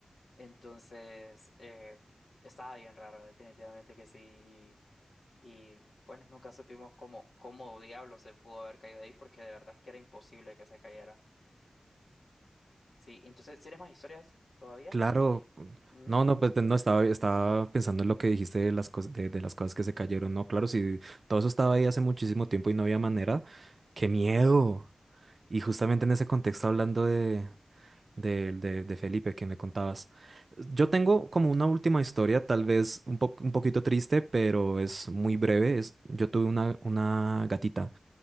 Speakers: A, on the left; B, on the right.
A: Entonces, eh, estaba bien raro, definitivamente que sí. Y, y, bueno, nunca supimos cómo, cómo diablo se pudo haber caído de ahí, porque de verdad es que era imposible que se cayera. Sí, entonces, ¿tienes más historias todavía?
B: Claro,
A: Y... ¿Mm?
B: no, no, pues no estaba, estaba pensando en lo que dijiste de las cosas, de, de las cosas que se cayeron. No, claro, si todo eso estaba ahí hace muchísimo tiempo y no había manera, qué miedo. Y justamente en ese contexto, hablando de, de, de- de Felipe que me contabas, yo tengo como una última historia, tal vez un po- un poquito triste, pero es muy breve. Es, yo tuve una, una gatita,